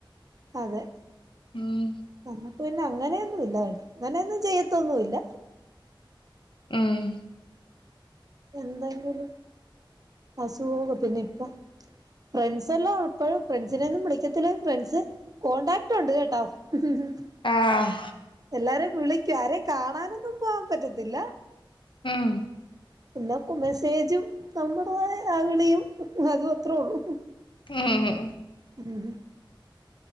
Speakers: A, on the right (about 45°); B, on the left (about 70°).
A: അതെ
B: ഉം
A: നമ്മുക്ക് ഇല്ല അങ്ങനെയൊന്നുല്ല അങ്ങനെയൊന്നും ചെയ്യത്തൊന്നുല്ല
B: ഉം
A: എന്തെങ്കിലും അസുഖൊക്കെ പിന്നെ ഇപ്പൊ ഫ്രണ്ട്സെല്ലാം എപ്പോഴും ഫ്രണ്ട്സിനെ ഒന്നും വിളിക്കത്തില്ല ഫ്രണ്ട്സ് കോടാക്ട് ഉണ്ട് കേട്ടോ <unintelligible>
B: ആഹ്
A: എല്ലാരേം വിളിക്കും ആരേം കാണാനൊന്നും പോവാൻ പറ്റത്തില്ല
B: ഉം
A: പിന്നെ കു മെസ്സേജും നമ്മുടേതായ ആഹ് വിളിയും അതു അത്രേ ഉള്ളൂ
B: ഉംഹ്
A: ഉം ഉം